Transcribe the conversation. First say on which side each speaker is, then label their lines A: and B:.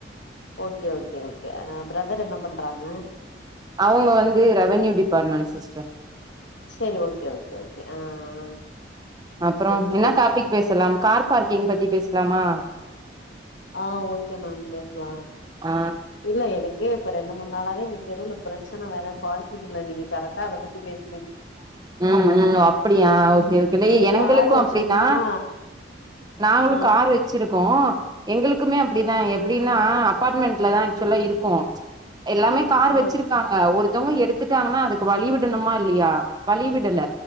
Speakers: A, on the left; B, on the right.
A: okay okay okay brother என்ன பண்றாங்க
B: அவங்க வந்து ரெவன்யூ டிபார்ட்மென்ட் சிஸ்டர்
A: சேரி ஓகே ஓகே ஓகே ஆ ஆ
B: அப்பறோ
A: செரி
B: என்ன
A: செரி
B: டாபிக் பேசலா கார் பார்க்கிங் பத்தி பேசலாமா
A: ஆ ஓகே மேம் பேசலா
B: ஆ
A: இல்ல எனக்கு இப்ப ரெண் டு மூனு நாளாவே இங்க தெருவுல பிரச்சன வேற பார்க் ங்கள நீங்க கரெக்டா அத பத்தி பேச
B: உ உ அப்படியா ஓகே ஓகே லே
A: நாங்க
B: எங்களுக்கு
A: கார் வச்சிருந்தோமா
B: அப்டிதா நாங்களு
A: ஆ
B: கார் வச்சு இருக்கு எங்களுக்குமே அப்டிதா எப்டின்னா அப்பார்ட்மெண்ட்லதா ஆக்சுவல்லா இருக்கு எல்லாமே கார்
A: ஆ
B: வச்சிருக்காங்க ஒரு தவங்க எடுத்துட்டாங்கன்னா அதுக்கு வழி விடணுமா இல்லையா வழி விடல